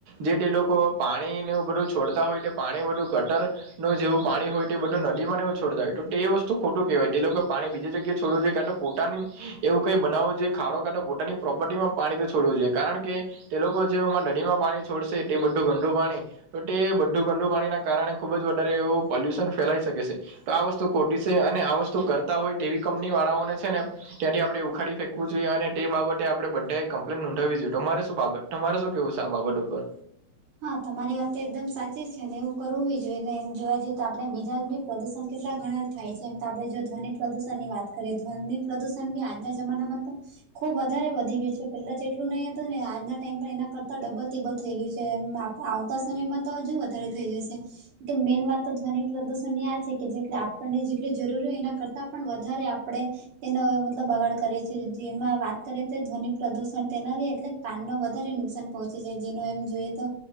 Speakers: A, on the right; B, on the right.
A: જે તે લોકો પાણીને બધું છોડતા હોય તો પાણી બધું ગટર નું જેવું પાણી હોય તે બધું નદીમાં ને એવું છોડતા હોય તો તે એ વસ્તુ ખોટું કેવાય તે લોકોએ પાણી બીજી જગ્યા છોડવું જોઈએ કાતો પોતાની એવું કંઈ બનાવુ જોઈએ ખાડો કાટો પોતાની પ્રોપર્ટીમાં પાણી તો છોડવું જોઈએ કારણ કે તે લોકો જેમાં નદીમાં પાણી છોડશે તે બધું ગંદુ પાણી તો તે બધું ગંદુ પાણીના કારણે ખૂબ જ વધારે એવું પોલ્યુશન ફેલાઈ શકે છે. તો આ વસ્તુ ખોટી છે અને આ વસ્તુ કરતા હોય તેવી કંપની વાળાઓને છે ને ત્યાંથી આપણેે ઉખાડી ફેંકવું જોએ અને તે બાબતે આપડે બધાએ કમ્પ્લેન નોંધાવવી જોઈએ તો તમારે શું બાબત તમારે શું કેવું છે આ બાબત ઉપર?
B: હા તમારી વાત તો એકદમ સાચી છે ને એવું કરવું ભી જોઈએ ને એમ જોવા જઈએ તો આપણે બીજા ભી પ્રદુષણ કેટલા ઘણા થાય છે એમ તો આપણે જો ધ્વનિ પ્રદુષણ ની વાત કરીએ ધ્વની પ્રદુષણ આજના જમાનામાં તો ખુબ વધારે વધી ગયું છે પેલા જેટલું નહી હતું ને આજના ટાઈમ પર એના કરતા ડબલ ટીબલ થઈ ગયું છે. કે આવતા સમયમાં તો હજુ વધારે થઈ જશે. મેઇન વાત તો ધ્વનિ પ્રદૂષણ ની આ છે કે જે આપણને જેટલી જરૂરી હોય એના કરતાં પણ વધારે આપણે તેનો મતલબ બગાડ કરે છે, જેમાં વાત કરીએ તો ધ્વનિ પ્રદુષણ તેનાથી એટલે કાન નો વધારે નુકસાન પહોંચે છે, જેનો એમ જોઈએ તો